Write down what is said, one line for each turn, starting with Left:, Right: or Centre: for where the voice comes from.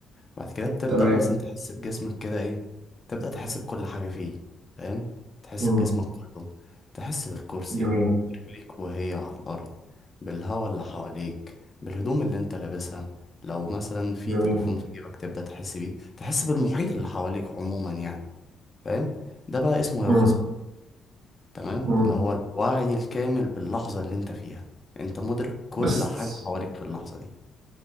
Left: بعد كده بتبدأ
Right: تمام
Left: مثلا تحس بجسمك كده ايه تبدأ تحس بكل حاجة فيه فاهم تحس
Right: مم.
Left: بجسمك كله تحس بالكرسي
Right: جميل
Left: رجليك وهي على الأرض بالهواء اللي حواليك بالهدوم اللي انت لابسها لو مثلا في
Right: جميل
Left: تليفون في جيبك تبدأ تحس بيه تحس بالمحيط اللي حواليك عموما يعني فاهم ده بقى اسمه
Right: مم.
Left: يقظة تمام
Right: مم.
Left: اللي هو الوعي الكامل باللحظة اللي انت فيها انت مدرك كل
Right: بس
Left: حاجة حواليك في اللحظة دي